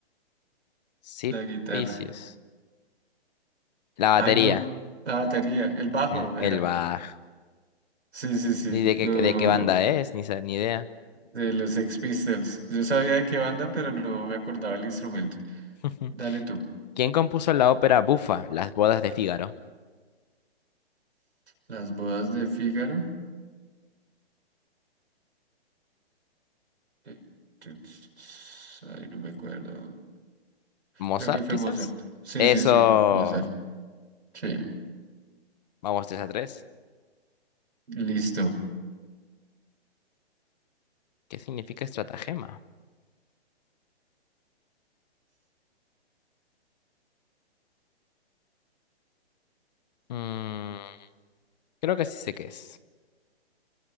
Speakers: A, on the left; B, on the right.
A: <laughs> Sid
B: La guitarra.
A: Vicious. La batería,
B: Ay, no. La batería, el bajo
A: eh, el
B: era.
A: bajo.
B: Sí, sí, sí.
A: ¿Y de qué,
B: lo
A: de qué banda es? Ni, sa- ni idea.
B: de los Sex Pistols. Yo sabía de qué banda, pero no me acordaba el instrumento.
A: <laughs>
B: Dale tú.
A: ¿Quién compuso la ópera Bufa, Las bodas de Fígaro?
B: Las bodas de Fígaro. Eh, tu- ts- ts- Ay, no me acuerdo.
A: ¿Mozart,
B: Creo que fue
A: quizás?
B: Mozart. Sí,
A: Eso.
B: sí, sí. Mozart. Sí.
A: Vamos 3 a tres
B: Listo.
A: ¿Qué significa estratagema? Mm, creo que sí sé qué es.